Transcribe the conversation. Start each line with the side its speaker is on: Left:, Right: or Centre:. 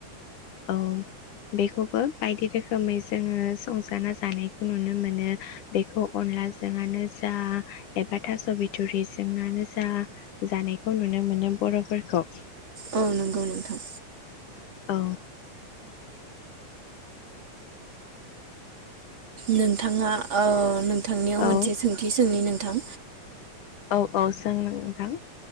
Left: औ बेखौबो बायदि रोखोमै जोङो संजाना जानायखौ नुनो मोनो बेखौ अनलाजोंआनो जा एबा थास बिथुरिजोंनो जा जानायखौ नुनो मोनो बरफोरखौ
Right: औ नंगौ नोंथां
Left: औ
Right: नोंथाङा औ नों थांनायाव मोनसे
Left: औ
Right: सोंथि सोंनि नों थां
Left: औ औ सों नोंथां।